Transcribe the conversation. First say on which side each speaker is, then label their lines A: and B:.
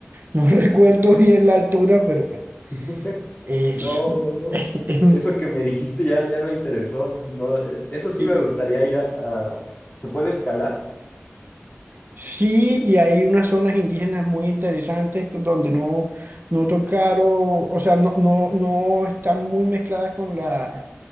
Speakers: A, on the right (about 45°); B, on the left (about 35°).
A: no <laughs> recuerdo bien la altura, pero bueno,
B: <laughs>
A: es,
B: No, no, no.
A: <laughs> es-
B: Eso que me dijiste ya, ya me interesó. No, eh, eso sí
A: y-
B: me gustaría ir a, a- ¿Se puede escalar?
A: sí, y hay unas zonas indígenas muy interesantes que- donde no, no tocaron, o sea, no, no, no están muy mezcladas con la